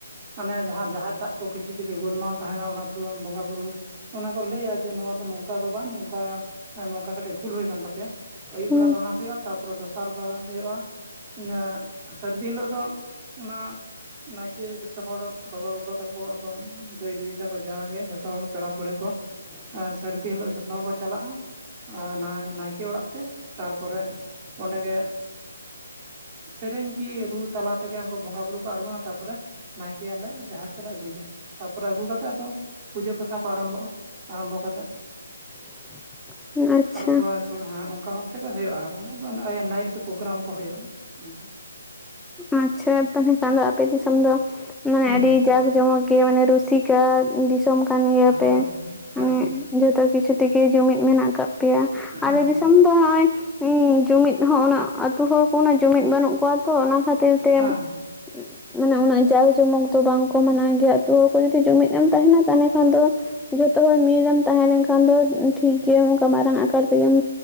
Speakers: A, on the right; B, in the centre.
A: ᱢᱟᱱᱮ ᱡᱟᱦᱟᱸ ᱡᱟᱦᱮᱨ ᱫᱟᱜ ᱠᱚ ᱠᱤᱪᱷᱩ ᱡᱩᱫᱤ ᱜᱳᱞᱢᱟᱞ ᱛᱟᱦᱮᱱᱟ ᱚᱱᱟ ᱯᱚ ᱵᱚᱸᱜᱟ ᱵᱩᱨᱩᱼᱼ ᱚᱱᱟ ᱠᱚ ᱞᱟᱹᱭᱟ ᱡᱮ ᱱᱚᱣᱟ ᱫᱚ ᱱᱚᱝᱠᱟ ᱫᱚ ᱵᱟᱝ ᱱᱚᱝᱠᱟ ᱮ ᱱᱚᱝᱠᱟ ᱠᱟᱹᱴᱤᱡ ᱵᱷᱩᱞ ᱦᱩᱭ ᱠᱟᱱ ᱛᱟᱯᱮᱭᱟ᱾ ᱟᱹᱭᱩᱵ
B: ᱦᱩᱸ
A: ᱵᱮᱲᱟ ᱫᱚ ᱚᱱᱟ ᱦᱩᱭᱩᱜ-ᱟ ᱛᱟᱨᱯᱚᱨᱮ ᱫᱚᱥᱟᱨ ᱵᱮᱲᱟ ᱦᱩᱭᱩᱜ-ᱟ᱾ ᱱᱮᱜ ᱥᱟᱹᱨᱫᱤ ᱦᱤᱞᱳᱜ ᱫᱚ ᱚᱱᱟᱼᱼ ᱱᱟᱭᱠᱤ ᱡᱚᱛᱚ ᱦᱚᱲ ᱵᱟᱵᱟ ᱜᱚᱜᱚ ᱛᱟᱠᱚ ᱮᱵᱚᱝ ᱫᱟᱹᱭ ᱫᱤᱫᱤ ᱛᱟᱠᱚ ᱡᱟᱜᱮ ᱡᱚᱛᱚ ᱦᱚᱲ ᱯᱮᱲᱟ ᱯᱟᱹᱣᱲᱟᱹ ᱠᱚ᱾
B: <unintelligible>
A: ᱥᱟᱹᱨᱫᱤ ᱦᱤᱞᱳᱜ ᱡᱷᱚᱛᱚ ᱦᱚᱲ ᱠᱚ ᱪᱟᱞᱟᱜᱼᱟ ᱱᱟᱭ ᱱᱟᱭᱠᱮ ᱚᱲᱟᱜ ᱛᱮ ᱛᱟᱨᱯᱚᱨᱮ ᱚᱸᱰᱮ ᱜᱮ ᱥᱮᱨᱮᱧ ᱠᱤ ᱨᱩ ᱛᱟᱞᱟ ᱛᱮᱜᱮ ᱩᱱᱠᱩ ᱵᱚᱸᱜᱟ ᱵᱩᱨᱩ ᱠᱚ ᱟᱬᱜᱚᱱᱟ ᱛᱟᱯᱚᱨᱮ ᱱᱟᱭᱠᱮᱭᱟᱞᱮ ᱡᱟᱦᱮᱨ ᱛᱮᱞᱮ ᱟᱹᱜᱩᱭᱟ ᱛᱟᱯᱚᱨᱮ ᱟᱹᱜᱩ ᱠᱟᱛᱮᱜ ᱟᱫᱚ᱾ ᱯᱩᱡᱟᱹ ᱯᱟᱥᱟ ᱠᱚ ᱟᱨᱟᱢᱵᱷᱚᱜᱼᱟ ᱟᱨᱟᱢᱵᱷᱚ ᱠᱟ ᱠᱟᱛᱮᱮᱫᱼᱼ
B: <inaudible> ᱟᱪᱪᱷᱟ
A: ᱟᱫᱚ ᱯᱣᱟᱥ ᱥᱚᱞᱦᱟ ᱚᱱᱠᱟ ᱵᱷᱟᱵᱛᱮᱜᱮ ᱦᱩᱭᱩᱜᱼᱟ ᱟᱨ ᱱᱟᱭᱤᱴ ᱫᱚ ᱯᱨᱳᱜᱨᱟᱢ ᱠᱚ ᱦᱩᱭᱩᱜᱼᱟ ᱚᱱᱠᱟ᱾
B: ᱟᱪᱪᱷᱟ ᱛᱟᱦᱚᱞᱮ ᱠᱷᱟᱱ ᱫᱚ ᱟᱯᱮ ᱫᱤᱥᱚᱢ ᱫᱚ ᱢᱟᱱᱮ
A: ᱦᱩᱸ
B: ᱟᱹᱰᱤ ᱡᱟᱸᱠ ᱡᱚᱢᱚᱠ ᱜᱮ ᱢᱟᱱᱮ ᱨᱩᱥᱤᱠ ᱠᱟ ᱫᱤᱥᱚᱢ ᱠᱟᱱ ᱜᱮᱭᱟ
A: ᱦᱳᱭ
B: ᱯᱮ
A: ᱦᱳᱭ ᱦᱮᱸ
B: ᱢᱟᱱᱮ
A: ᱦᱮᱸ
B: ᱡᱚᱛᱚ ᱠᱤᱪᱷᱩ ᱛᱮᱜᱮ ᱡᱩᱢᱤᱫ ᱢᱮᱱᱟᱜ ᱠᱟᱫ ᱯᱮᱭᱟ
A: ᱦᱮᱸ
B: ᱟᱞᱮ ᱫᱤᱥᱚᱢ <unintelligible> ᱡᱩᱢᱤᱫ ᱦᱚᱸ ᱩᱱᱟᱹᱜ ᱟᱛᱩ ᱦᱚᱲ ᱠᱚ ᱩᱱᱟᱹᱜ ᱡᱩᱢᱤᱫ ᱵᱟᱹᱱᱩᱜ ᱠᱚᱣᱟ ᱛᱚ ᱚᱱᱟ ᱠᱷᱟᱹᱛᱤᱨ ᱛᱮ
A: ᱦᱮᱸ
B: ᱢᱟᱱᱮ ᱩᱱᱟᱹᱜ ᱡᱟᱠ ᱡᱚᱢᱚᱠ ᱫᱚ ᱵᱟᱝᱠᱚ ᱢᱟᱱᱟᱣ ᱜᱮᱭᱟ ᱛᱚ ᱟᱹᱛᱩ ᱦᱚᱲ ᱠᱚ ᱡᱩᱫᱤ ᱡᱩᱢᱤᱫ ᱮᱢ ᱛᱟᱦᱮᱱᱟ ᱛᱟᱦᱱᱮ ᱠᱷᱟᱱ ᱫᱚ ᱡᱚᱛᱚ ᱦᱚᱲ ᱢᱤᱞ ᱮᱢ ᱛᱟᱦᱮᱸ ᱞᱮᱱᱠᱷᱟᱱ ᱫᱚ ᱴᱷᱤᱠ ᱜᱮᱭᱟ ᱚᱱᱠᱟ ᱢᱟᱨᱟᱝ ᱟᱠᱟᱨ ᱛᱮᱜᱮᱢ